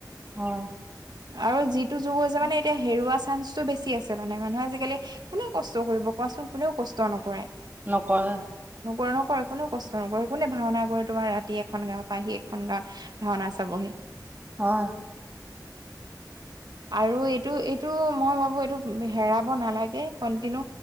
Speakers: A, on the right; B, on the right.
A: হয়
B: আৰু যিটো যুগ হৈছে মানে এতিয়া হেৰুৱা চান্সটো বেছি। আছে মানে মানুহে আজিকালি কোনে কষ্ট কৰিব কোৱাচোন কোনেও কষ্ট নকৰে।
A: নকৰে।
B: নকৰে কোনেও কষ্ট নকৰে কোনে ভাওনা কৰে তোমাৰ ৰাতি এখন গাঁৱৰ পৰা আহি এখন গাঁৱত ভাওনা চাবহি।
A: হয়
B: আৰু এইটো এইটো মই ভাবো এইটো হেৰাব নালাগে কণ্টিনিউ